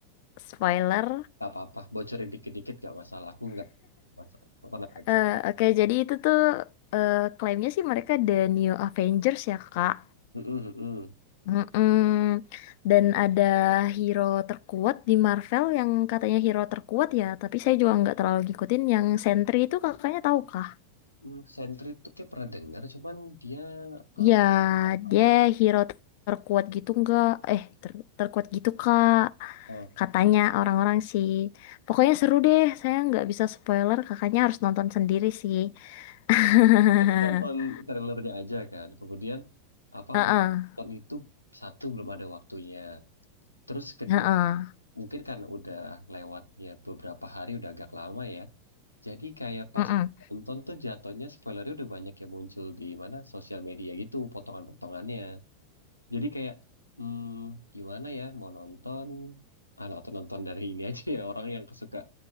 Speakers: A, on the left (about 50°); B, on the left (about 85°).
A: spoiler?
B: nggak apa-apa bocorin dikit-dikit nggak masalah aku nggak masalah tenang aja
A: Eh, Oke, jadi itu tuh eh, klaimnya sih mereka The New Avengers ya Kak.
B: Mm-mm, mm-mm.
A: Mm-mm. Dan ada hero terkuat di Marvel yang katanya hero terkuat ya, tapi saya juga nggak terlalu ngikutin yang Sentry itu kakaknya tahu kah?
B: Hmm, Sentry itu kayak pernah dengar, cuman dia eh,
A: Ya, dia
B: Nah,
A: hero ter- terkuat gitu nggak? Eh, ter- terkuat gitu kak?
B: oh,
A: Katanya orang-orang sih. Pokoknya seru deh, saya nggak bisa spoiler, kakaknya harus nonton sendiri sih. <laughs>
B: aku tuh nonton trailernya aja kan. Kemudian apa
A: Heeh,
B: mau nonton itu satu belum ada waktunya. Terus kedua
A: heeh,
B: mungkin karena udah lewatnya beberapa hari udah agak lama ya. Jadi kayak pas
A: heeh,
B: nonton tuh jatuhnya spoilernya udah banyak yang muncul di mana sosial media gitu potongan-potongannya. Jadi kayak hmm, gimana ya mau nonton ah, atau nonton dari ini aja ya orang yang suka